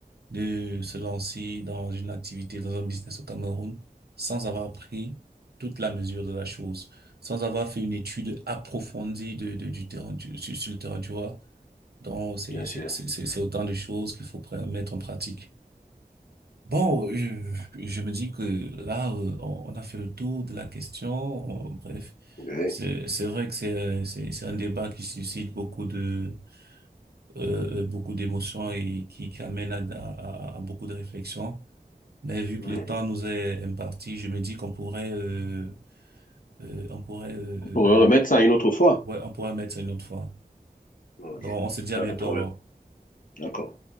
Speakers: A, on the right (about 75°); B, on the left (about 55°).
A: de se lancer dans une activité, dans un business au Cameroun, sans avoir pris toute la mesure de la chose, sans avoir fait une étude approfondie de, de, du terrain, du- sur, sur le terrain, tu vois. Donc, c'est,
B: Bien
A: c'est,
B: sûr.
A: c'est, c'est c'est autant de choses qu'il faut pr- mettre en pratique. Bon, je, je me dis que là, euh, on on a fait le tour de la question. On- bref,
B: Ouais.
A: c'est c'est vrai que c'est euh, c'est c'est un débat qui suscite beaucoup de euh, euh, beaucoup d'émotions et qui, qui amène à, à, à à beaucoup de réflexions. Mais vu
B: Mm.
A: que le temps nous est imparti, je me dis qu'on pourrait euh, euh, on pourrait euh,
B: On pourrait
A: euh,
B: remettre
A: euh,
B: ça une autre fois.
A: ouais on pourrait mettre ça une autre fois.
B: Ok,
A: Donc, on se dit
B: pas
A: à bientôt
B: de problème.
A: alors.
B: D'accord.